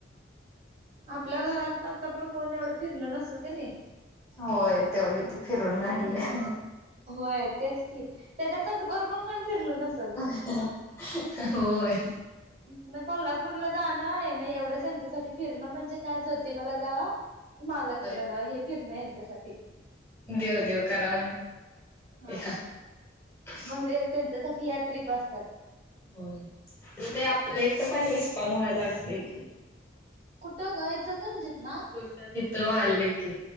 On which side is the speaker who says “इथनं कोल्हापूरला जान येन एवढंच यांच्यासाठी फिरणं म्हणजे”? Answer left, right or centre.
Right